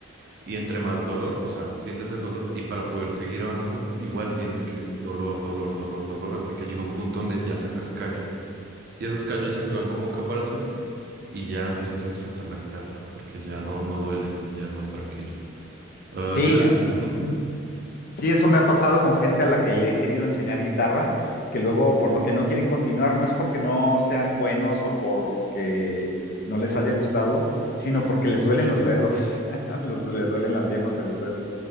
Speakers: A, on the right (about 60°); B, on the left (about 50°).
A: y entre más dolor, o sea, sientes el dolor y para poder seguir avanzando, igual tienes que dolor, dolor, dolor, dolor, hasta que llega un punto donde ya sacas callos y esos callos actúan como caparazones y ya empiezas a disfrutar la guitarra porque ya no, no duele, ya es más tranquilo. Ah,
B: Sí,
A: yo,
B: am-
A: ujú,
B: ujú. Sí, eso me ha pasado con gente a la que le he querido enseñar guitarra, que luego por lo que no quieren continuar no es porque no sean buenos o porque no les haya gustado, sino porque les duelen los dedos, <laughs> los, les duelen las yemas de los dedos.